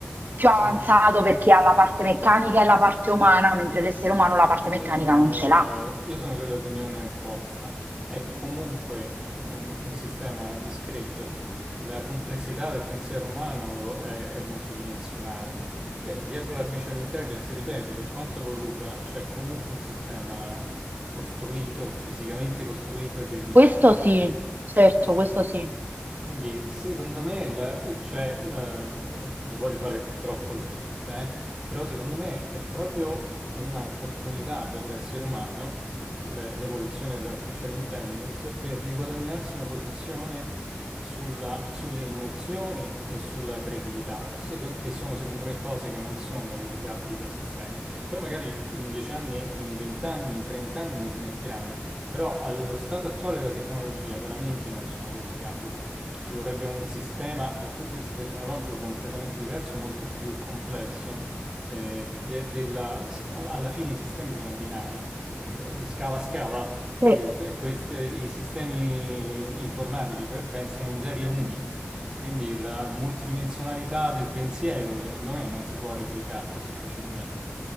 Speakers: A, on the right (about 45°); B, on the right (about 20°).
A: più
B: sono-
A: avanzato perché ha la parte meccanica e la parte umana, mentre l'essere umano la parte meccanica
B: Io sono,
A: non ce l'ha.
B: io sono dell'opinione opposta. È comunque un, un sistema discreto. La complessità del pensiero umano è, è multidimensionale. De- dietro l'artificial intelligence, ripeto, per quanto evoluta, c'è comunque un sistema costruito, fisicamente costruito e delimitato.
A: Questo sì, certo, questo sì.
B: Quindi secondo me, il- cioè, la- eh, voglio fare troppo l'ottimista, eh, però secondo me è proprio un'opportunità per l'essere umano, le- l'evoluzione dell'artificial intelligence, per riguadagnarsi una posizione sulla- sulle emozioni e sulla creatività, seco- che sono secondo me cose che non sono replicabili dai sistemi. Poi magari in 10 anni, in 20 anni, in 30 anni mi smentiranno, però allo stato attuale della tecnologia veramente non sono replicabili. Ci vorrebbe un sistema dal punto di vista tecnologico completamente diverso, molto più complesso. eh, de- della- s- a- alla fine i sistemi sono binari, eh, scala scala,
A: Eh,
B: eh, que- queste- i sistemi informatici pe- pensano in serie uni, quindi la multidimensionalità del pensiero, secondo me, non si può replicare così facilmente.